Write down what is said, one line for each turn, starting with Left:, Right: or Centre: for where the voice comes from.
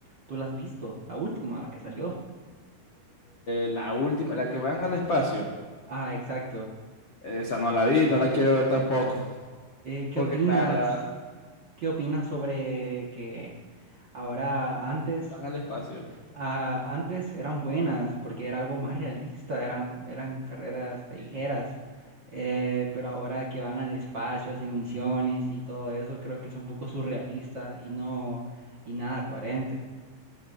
Right: tú la has visto, la última, la que salió.
Left: la última, la que van al espacio.
Right: Ah, exacto.
Left: Esa no la vi, no la quiero ver tampoco.
Right: Eh, ¿qué
Left: Porque
Right: opinas?
Left: la verdad,
Right: ¿Qué opinas sobre que ahora antes...
Left: van al espacio.
Right: Ah, antes eran buenas porque era algo más realista, eran, eran carreras callejeras,
Left: Sí.
Right: eh, pero ahora que van al espacio, hacen misiones y todo eso, creo que es un poco surrealista y no, y nada coherente.